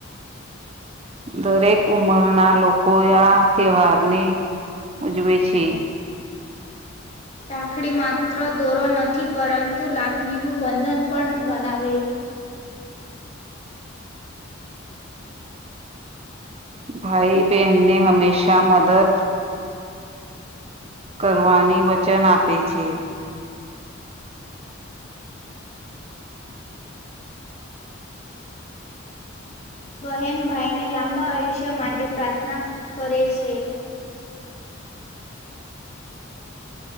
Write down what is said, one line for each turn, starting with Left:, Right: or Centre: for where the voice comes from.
Right: દરેક ઉમરના લોકો આ તહેવારને ઉજવે છે.
Left: રાખડી માત્ર દોરો નથી પરંતુ લાગણીનું બંધન પણ ગણાવે
Right: ભાઈ બહેનને હમેશાં મદદ કરવાની વચન આપે છે.
Left: બહેન ભાઈને લાંબા આયુષ્ય માટે પ્રાર્થના કરે છે.